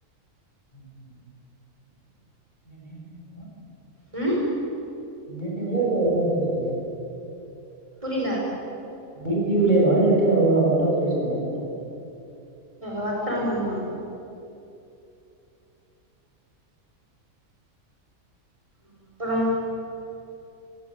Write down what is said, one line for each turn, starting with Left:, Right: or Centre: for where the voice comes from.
Left: <inaudible>
Right: ம்
Left: மீட்டிங் ல கரெக்டா பேச சொல்லு
Right: புரில
Left: வீட்டிலேவா இல்லாட்டி அவ அவுட் ஆஃப் ஸ்டேஷனான் கேட்ட
Right: ஒர்க் ஃப்ரம் ஹோம் தா ம் ஹா